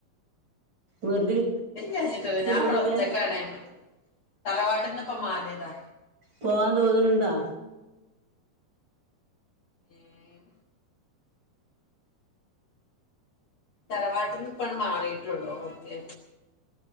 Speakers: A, on the right (about 25°); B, on the left (about 80°).
A: വെറുതെ
B: എത്തും വിചാരിചിട്ടല്ല
A: ഇരിക്കുമ്പോഴൊക്കെ
B: ഞാവടെ ഒറ്റക്കാണ് തറവാട്ട്ന്ന്പ്പം മാറിയതാ.
A: പോവാൻ തോന്ന്ണ് ണ്ടോ
B: ഏഹ് തലവാട്ട്ന്ന് ഇപ്പണ്ട് മാറീട്ടുള്ളൂ ഓക്കേ